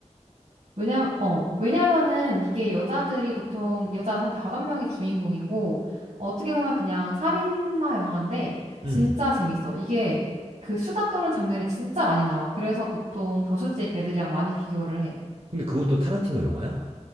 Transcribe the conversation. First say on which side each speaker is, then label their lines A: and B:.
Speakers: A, on the right (about 75°); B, on the right (about 50°).
A: 왜냐, 어, 왜냐면은 이게 여자들이 보통 여자 한 다섯 명이 주인공이고, 어떻게 보면 그냥 살인마 영화인데,
B: 응.
A: 진짜 재밌어. 이게 그 수다 떠는 장면이 진짜 많이 나와. 그래서 보통 저수지의 개들이랑 많이 비교를 해.
B: 근데 그것도 타란티노 영화야?